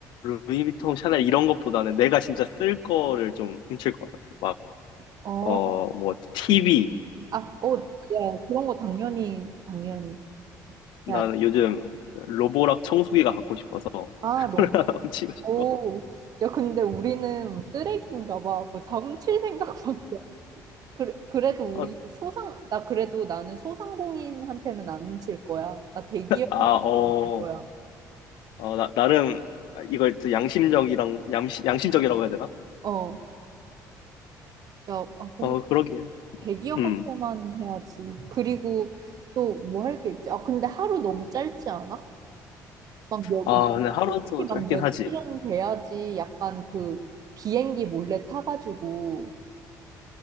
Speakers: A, on the left (about 80°); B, on the right (about 55°).
A: 루이비통, 샤넬 이런 것보다는 내가 진짜 쓸 거를 좀 훔칠 것 같아. 막,
B: 어,
A: 어, 뭐 TV랑
B: 아, 어, 야, 그런 거 당연히, 당연히
A: 나는
B: 해야지.
A: 요즘 로보락 청소기가 갖고 싶어서
B: 아,
A: <laughs>
B: 로,
A: 그걸 하나 훔치고 싶어.
B: 오. 야, 근데 우리는 쓰레기인가 봐. 뭐 다훔칠 생각만. 그래, 그래도 우리
A: 어,
B: 소상, 나 그래도 나는 소상공인한테는 안 훔칠 거야. 나 대기업한테
A: 아, 어,
B: 줄 거야.
A: 어, 나, 나름 이걸 또 양심적이랑, 양심, 양심적이라고 해야 되나?
B: 어, 야, 아, 근
A: 어, 그러게.
B: 대기업한테만
A: 음.
B: 해야지. 그리고 또 뭐 할 게 있지? 아, 근데 하루 너무 짧지 않아? 막 몇,
A: 아, 근데 하루도
B: 솔직히 막
A: 짧긴
B: 며칠은
A: 하지.
B: 돼야지 약간 그 비행기 몰래 타가지고,